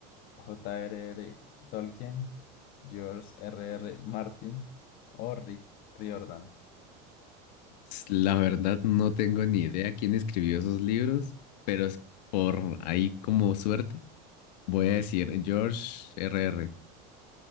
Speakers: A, on the left; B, on the left.
A: J.R.R. Tolkien, George R.R. Martin o Rick Riordan.
B: Pues, La verdad no tengo ni idea quién escribió esos libros, pero es por ahí como suerte. Voy a decir George R R.